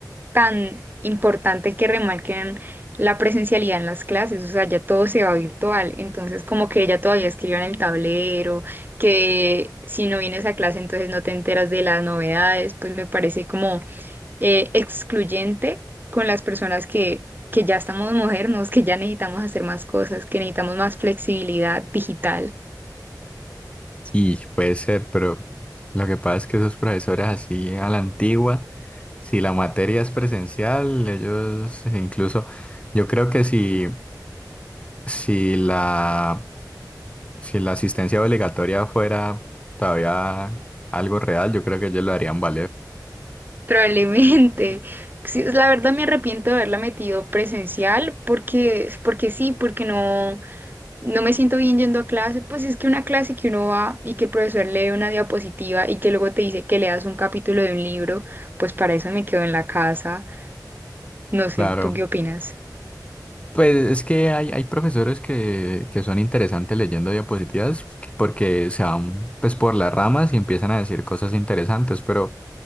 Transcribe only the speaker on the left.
Y puede ser, pero lo que pasa es que esos profesores así a la antigua, si la materia es presencial, ellos incluso, yo creo que si, si la Si la asistencia obligatoria fuera todavía algo real, yo creo que ellos lo harían valer.
Claro.
Pues es que hay, hay profesores que, que son interesantes leyendo diapositivas porque se van pues por las ramas y empiezan a decir cosas interesantes, pero